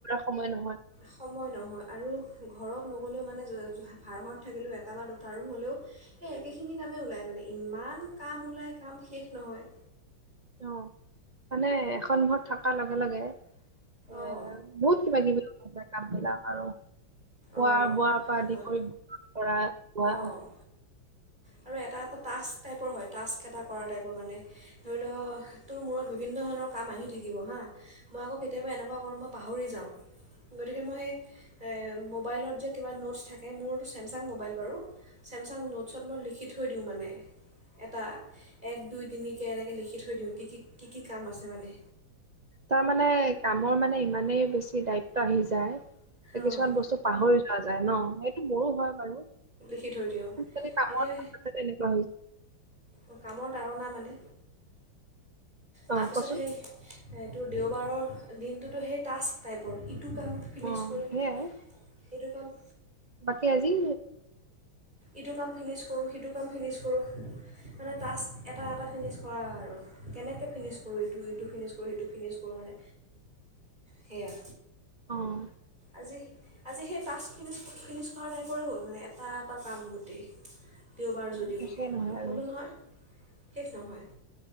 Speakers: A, on the right; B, on the right.
A: সময় নহয়
B: সময় নহয় আৰু ঘৰত নগ'লেও মানে ভাৰা ঘৰত থাকিলেও এটা বা দুটা ৰুম হ'লেও সেই একেখিনি কামেই ওলায় মানে ইমান কাম ওলাই কাম শেষ নহয়।
A: অ, মানে এখন ঘৰত থকাৰ লগে-লগে এ,
B: অঁ
A: বহুত কিবা-কিবি হৈ যায় কাম বিলাক আৰু। খোৱা-বোৱাৰ
B: অঁ
A: পৰা
B: সেইটো
A: আদি
B: হয়
A: কৰি ধৰা ধুৱা।
B: অঁ আৰু এটা, এটা টাস্ক টাইপৰ হয়। টাস্ক এটা কৰা টাইপৰ মানে ধৰি ল তোৰ মূৰত বিভিন্ন ধৰণৰ কাম আহি থাকিব হা। মই আকৌ কেতিয়াবা এনেকুৱা কৰো মই পাহৰি যাওঁ গতিকে মই সেই মোবাইলত যে কিবা নোটছ থাকে মোৰ চেমচাং মোবাইল বাৰু। চেমচাং নোটছত মই লিখি থৈ দিও মানে। এটা এক, দুই, তিনিকে এনেকে লিখি থৈ দিওঁ কি-কি- কি-কি কাম আছে মানে?
A: তাৰমানানে কামৰ মানে ইমানেই বেছি দায়িত্ব আহি যায়।
B: অঁ
A: কিছুমান বস্তু পাহৰি যোৱা যায় ন, সেইটো মোৰো হয় বাৰু।
B: সেইটো, সেইটো,
A: আজিকালি কামৰ
B: এতিয়া
A: ক্ষেত্ৰত তেনেকুৱা হৈছে।
B: অ' কামৰ তাৰণা মানে,
A: অ
B: তাৰপিছত
A: কচোন
B: সেই এইটো দেওবাৰৰ দিনটোতো, সেই টাস্ক টাইপৰ ইটো কাম ফিনিছ
A: অ
B: কৰিম,
A: সেইয়াই
B: সেইটো কাম।
A: বাকী আজি এ
B: ইটো কাম ফিনিছ কৰো, সিটো কাম ফিনিছ কৰো। মানে টাস্ক এটা এটা ফিনিছ কৰা আৰু কেনেকৈ ফিনিছ কৰো, ইটো ইটো ফিনিছ কৰো, সিটো ফিনিছ ক ৰো মানে সেয়া।
A: অ',
B: আজি, আজি সেই টাস্ক ফিনিছ ফিনিছ কৰা টাইপৰে হ'ল মানে এটা, এটা কাম গোটেই। দেওবাৰ যদিও
A: মানে শেষে নহয়
B: নুশুলো
A: আৰু
B: নহয়। শেষ নহয়,